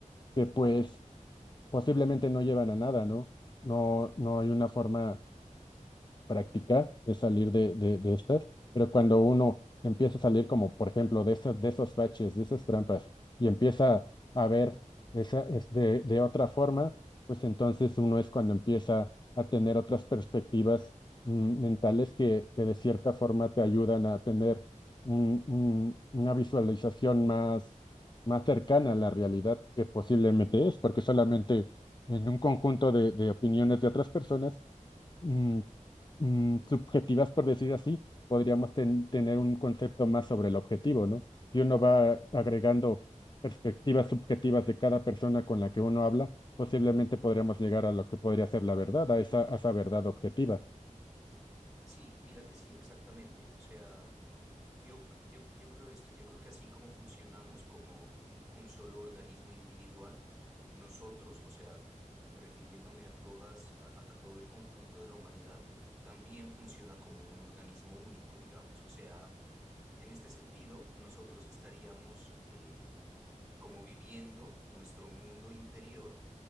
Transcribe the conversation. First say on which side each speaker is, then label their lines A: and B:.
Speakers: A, on the left; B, in the centre.
A: que pues posiblemente no llevan a nada, ¿no? No, no hay una forma practicar es salir de, de, de estas, pero cuando uno empieza a salir como, por ejemplo, de esas, de esos baches, de esas trampas, y empieza a ver esa, es de, de otra forma, pues entonces uno es cuando empieza a tener otras perspectivas mm, mentales que, que de cierta forma te ayudan a tener un- un- una visualización más, más cercana a la realidad que posiblemente es, porque solamente en un conjunto de de opiniones de otras personas, mm, mm, subjetivas, por decir así, podríamos ten- tener un concepto más sobre el objetivo, ¿no? Si uno va agregando perspectivas subjetivas de cada persona con la que uno habla, posiblemente podríamos llegar a lo que podría ser la verdad, a esa, a esa verdad objetiva.
B: Sí, mira que sí, exactamente. O sea, yo, yo, yo creo esto, yo creo que así como funcionamos como un solo organismo individual, nosotros, o sea, refiriéndome a todas, a, a- a todo el conjunto de la humanidad, también funciona como un organismo único, digamos. O sea, en este sentido, nosotros estaríamos eh, como viviendo nuestro mundo interior.